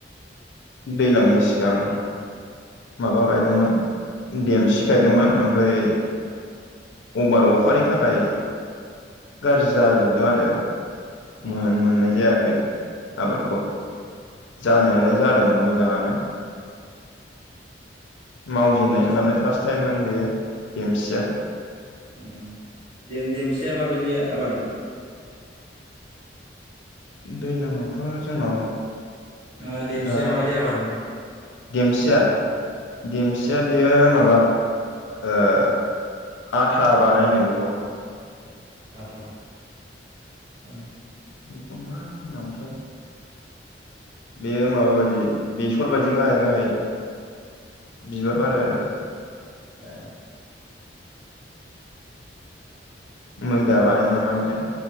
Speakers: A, on the left; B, on the right.
A: दैलांनि सिगां माबा गायदोंमोन देमसि गायदोंमोन ओमफाय अभार अखानि
B: ओ
A: थाखाय गाज्रि जाजोबदों आरो मोन
B: ओ
A: मोननाय जायाखै आबादखौ जानायालाय जादोंमोन मोजाङानो मावजेननायमोन
B: देमसि
A: नालाय फास्ट टाइममोन बेयो देमसिया
B: ओम देम देमसिया माबायदि आबाद बिलाय
A: दैलाङावथ' जोंनाव
B: ओह देमसिया
A: दा
B: माबायदि आबाद नोंथा
A: देमसिया? देमसिया बियो माबा ओह आथा बानायोनो बेखौ
B: आथा ओम
A: बेखौ मा होननांगौथाय बेयो माबा बायदि बेसर बायदि गाहाय गाहाय बिबार बारो आरो
B: ए
A: मैदा बानायो नामा बिजों